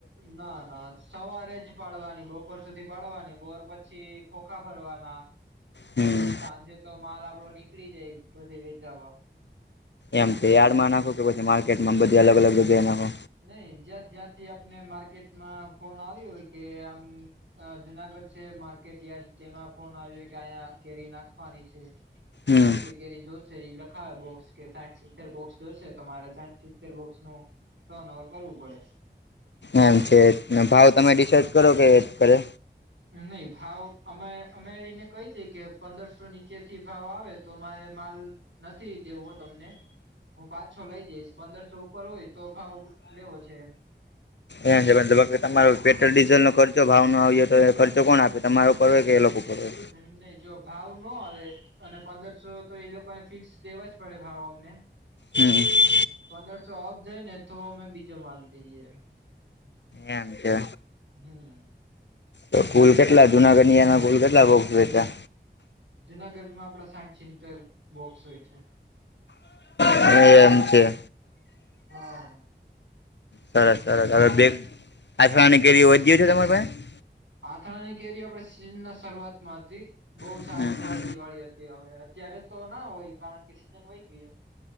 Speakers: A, on the right; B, on the left.
A: ના ના સવારે જ પાડવાની બપોર સુધી પાડવાની બોર પછી ખોખા ફરવાના
B: હમ
A: અને સાંજે તો માલ આપડો નીકળી જાય બધે વેચાવા
B: એમ તો યાર્ડ માં નાખો કે પછી માર્કેટ માં બધી અલગ અલગ જગ્યાએ નાખો
A: નહી જ્યાં જ્યાંથી આપને માર્કેટમાં ફોન આવ્યો હોય કે આમ જુનાગઢ વચ્ચે માર્કેટ યાર્ડ જેમાં ફોન આવ્યો કે અહીયા કેરી નાખવાની છે
B: હમ
A: આટલી કેરી જોશ ઇ લખાવે બોક્સ કે સાઠ સિત્તેર બોક્સ જોશે તો મારે સાઠ સિત્તેર બોક્સ નું ટઅનોવેર કરવું પડે
B: એમ છે ભાવ તમે ડિસાઈડ કરો કે એ જ કરે
A: નહી ભાવ અમે અમે એને કહી દે કે પંદરસો નીચે થી ભાવ આવે તો મારે મારે નથી દેવો તમને હું પાંચસો લઈ જઈશ પંદરસો ઉપર હોય તો ભાવ લેવો છે એમ
B: એ છે તમારો પેટ્રોલ ડીઝલ ન ખર્ચો ભાવ ન આવ્યો તો એ ખર્ચો કોણ આપે તમારો ઉપર હોય કે એ લોકો ઉપર હોય
A: એમનહી જો ભાવ ન આવે અને પંદરસો તો એ લોકોને ફિક્સ દેવા જ પડે ભાવ અમને
B: હમ
A: પંદરસો અપ જાય ને તો અમે બીજો માલ દઈએ
B: એમ છે
A: હમ
B: તો કુલ કેટલા જુના કનિયા ના કુલ કેટલા બોક્સ વેચા
A: જુનાગઢમાં આપડા સાઠ સિંતર બોક્સ હોય છે
B: એમ છે
A: હા
B: સરસ સરસ હવે બે અથાણાની કેરી વધી છે તમારી પાસે
A: આથણાની કેરી આપે સીઝન ના શરૂઆતમાં હતી બહુ
B: પાસે
A: સારી ક્વલિટી વાળી હતી હવે જયારે તો ના હોય કારણ કે સિજન વય ગયું